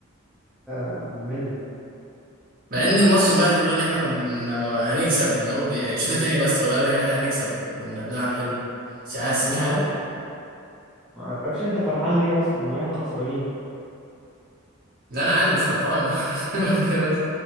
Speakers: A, in the centre; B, on the right.
A: مملة
B: مع ان الماتش امبارح يقول ان احنا كنا ما- هنكسب من اول يعني الشوط
A: انا
B: التاني بس ولا قال ان احنا هنكسب وكنا بنلعب حلو مش عارف
A: انا
B: مش
A: ما
B: عارف
A: اعرفش ما اعرفش انت فرحان ليه اصلا واحنا خسرانين
B: لا انا عادي مش فرحان انا <laughs> بكلمك كده بس